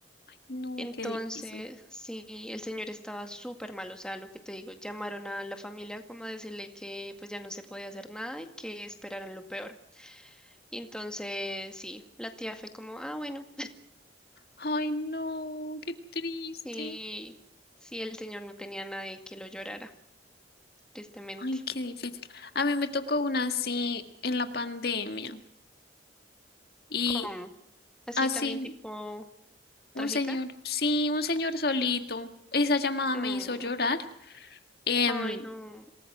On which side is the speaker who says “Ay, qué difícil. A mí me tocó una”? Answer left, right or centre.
Left